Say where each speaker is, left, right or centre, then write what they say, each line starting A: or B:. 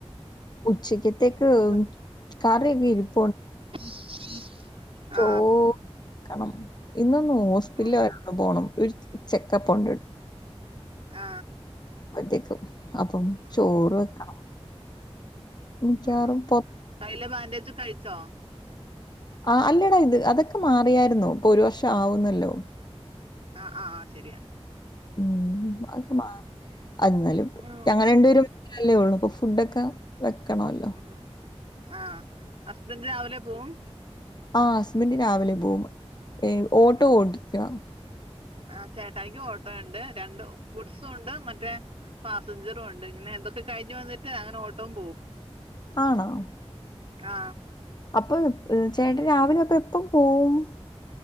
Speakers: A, on the left (about 40°); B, on the right (about 65°).
A: ഉച്ചക്കത് തേക്ക്ഉം
B: ഹലോ
A: കറീക്കെ ഇരുപ്
B: <unintelligible> ആ
A: ചോ കാർണം ഇന്നൊന്ന് ഹോസ്പിറ്റ്ല്
B: ആ
A: <unintelligible> പോണം ഒരുചെക്കപ്പൊണ്ട്
B: ആ
A: തെക്കും അപ്പം
B: ആ
A: ചോറ് വെക്കണം മിക്കവാറും
B: ആ കയ്യിലെ ബാൻഡേജൊക്കെ അഴിച്ചോ
A: ആ അല്ലേടാ ഇത് അതൊക്കെ മാറിയാരുന്നുപ്പൊരു വർഷാആവുന്നല്ലോ
B: ആ ആ ആ ശരിയാ
A: ഉം അത് മാറി അന്നലും പ്
B: ഉം
A: ഞങ്ങരണ്ടേരും അല്ലേ ഒള്ളൂ അപ്പൊ ഫുഡൊക്കെ വെക്കണമല്ലോ.
B: ഉം ആ അ രാവിലെ പോകും
A: ആഹ്സ്സ് <unintelligible> രാവിലെ പോം ഏ ഓട്ടോ
B: ഉം
A: ഓട്ടിക്കുവാ
B: ആ ചേട്ടായിക്ക് ഓട്ടോ ഒണ്ട് രണ്ട് ഗുഡ്സും ഒണ്ട് മറ്റേ പാസഞ്ചറും ഒണ്ട് ഇങ്ങനെ എന്തൊക്കെ കഴിഞ്ഞു വന്നിട്ട് അങ്നെ ഓട്ടോ പോവുംും
A: ആണോ
B: ആ
A: അപ്പൊ ചേട്ടാൻ രാവിലെ അപ്പൊ എപ്പ പോവും